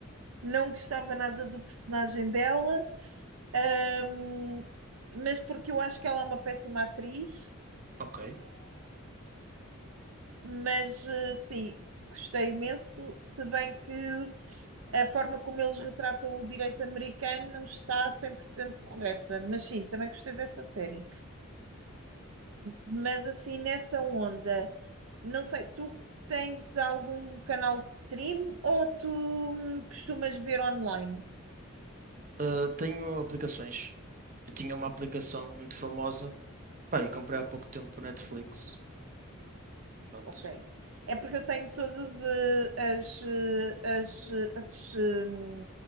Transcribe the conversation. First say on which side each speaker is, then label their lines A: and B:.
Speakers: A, on the right; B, on the right.
A: Não gostava nada do personagem dela. Ahm, mas porque eu acho que ela é uma péssima atriz,
B: Ok.
A: mas eh, sim, gostei imenso, se bem que a forma como eles retratam o direito americano não está 100% correta, mas sim, também gostei dessa série. Mas assim, nessa onda, não sei, tu tens algum canal de stream ou tu hum, costumas ver online?
B: Ah, tenho aplicações. Eu tinha uma aplicação muito famosa. Pá, e comprei há pouco tempo o Netflix. Pronto.
A: Ok. É porque eu tenho todas eh, as, eh, as, eh, as, hum,